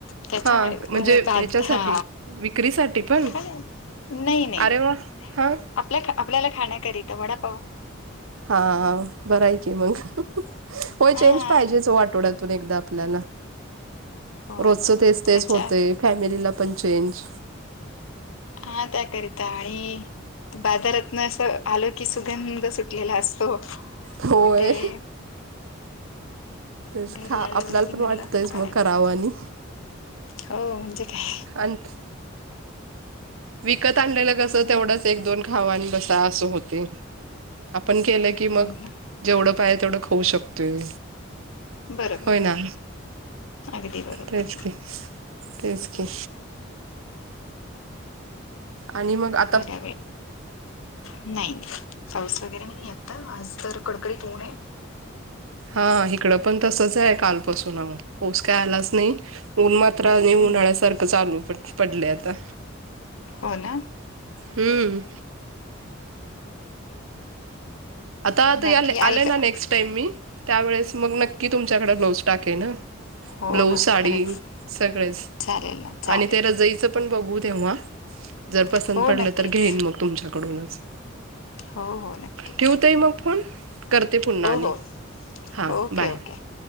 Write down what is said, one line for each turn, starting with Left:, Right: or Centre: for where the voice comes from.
Left: त्याच्यामुळे
Right: हा म्हणजे
Left: बाज
Right: ह्याच्यासाठी
Left: हा
Right: विक्रीसाठी पण?
Left: नाही नाही
Right: अरे वा हां.
Left: आपल्या आपल्याला खाण्याकरीतं वडापाव.
Right: हाव बरं आहे की मंग. होय
Left: हा
Right: चेंज पाहिजेच हो आठवड्यातून एकदा आपल्याला.
Left: हो
Right: रोजचं
Left: बरोबर
Right: तेच तेच
Left: त्याच्या
Right: होते फॅमिलीला पण चेंज.
Left: हा त्याकरीता आणि बाजारातनं असं आलो कि सुगंध सुटलेला असतो.
Right: होय.
Left: मग ते
Right: तेच
Left: घरी
Right: खा
Left: आल्यावरती
Right: आपल्याला पण
Left: म्हणलं
Right: वाटतयस
Left: करायचा
Right: मग करावं आणि.
Left: हो म्हणजे काय.
Right: अंत विकत आणलेलं कसं तेवढंच ते एक दोन खावा आणि बसा असं होतंय, आपण केलं की मग
Left: हो ना
Right: जेवढं पायजे तेवढं खाऊ शकतोय.
Left: बरोबर
Right: होय ना,
Left: अगदी बरोबर
Right: तेच की. तेच की. आणि मग आ
Left: पट्यावे नाही पाऊस वगैरे नाहीये आता आज तर कडकडीत ऊण आहे.
Right: हा इकडं पण तसचं आहे कालपसून पोस काय आलाच नाही ऊन मात्र आणि
Left: हम्म
Right: उन्हाळ्यासारखं चालू पड पडलंय आता.
Left: हो ना.
Right: हम्म. आता त
Left: बाकी
Right: याले
Left: आई
Right: आले ना
Left: का,
Right: नेक्स्ट टाईम मी, त्यावेेळेस मग नक्की तुमच्याकडे ब्लाऊज टाकेन हां.
Left: हो
Right: ब्लऊज,
Left: हो
Right: साडी
Left: खरंच
Right: सगळेच
Left: चालेल ना चालेल
Right: आणि ते रजई चंपण बघू तेव्हा. जर पसंत
Left: हो
Right: पडलं,
Left: नक्कीच
Right: तर घेईन मग तुमच्याकडूनच.
Left: हो हो नक्की.
Right: ठेव ताई मग फोन, करते पुन्हा आणि.
Left: हो
Right: हां
Left: ओके
Right: बाय,
Left: ओके